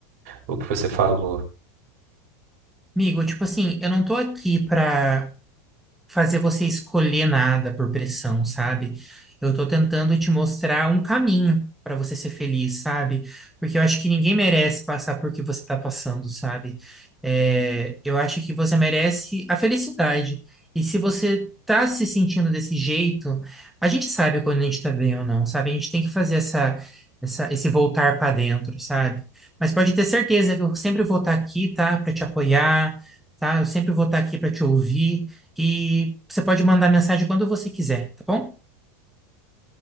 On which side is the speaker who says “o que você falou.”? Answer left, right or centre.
Right